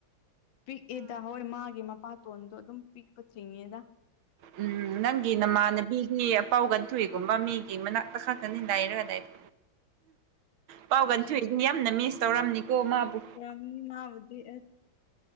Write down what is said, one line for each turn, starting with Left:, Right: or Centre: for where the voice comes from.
Left: ꯄꯤꯛꯋꯦꯗ ꯍꯣꯏ ꯃꯥꯒꯤ ꯃꯄꯥ ꯇꯣꯟꯗꯣ ꯑꯗꯨꯝ ꯄꯤꯛꯄ ꯆꯤꯡꯉꯦꯗ
Right: ꯎꯝ ꯅꯪꯒꯤ ꯅꯃꯥꯟꯅꯕꯤꯒꯤ ꯑꯄꯥꯎ ꯒꯟꯊꯨꯏꯒꯨꯝꯕ ꯃꯤꯒꯤ ꯃꯅꯥꯛꯇ ꯈꯛꯇꯅꯤ ꯅꯩꯔꯒ ꯂꯩꯕ ꯄꯥꯎ ꯀꯟꯊꯨꯏꯗꯤ ꯌꯥꯝꯅ ꯃꯤꯁ ꯇꯧꯔꯝꯅꯤꯀꯣ ꯃꯥꯕꯨ
Left: ꯌꯥꯝ ꯃꯥꯕꯨꯗꯤ ꯑꯁ